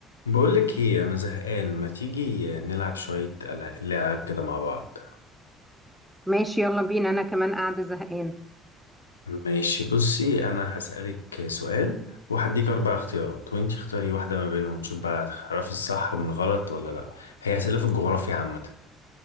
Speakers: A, on the left; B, in the centre.
A: بقولك ايه انا زهقان ما تيجي نلعب شوية ألع- لعب كده مع بعض
B: ماشي يلا بينا انا كمان قاعدة زهقان
A: ماشي بصي انا هسألك سؤال وهديك اربع اختيارات وانتي اختاري واحدة ما بينهم تشوف بقى هتعرفي الصح من الغلط ولا لا هي أسئلة في الجغرافيا عامة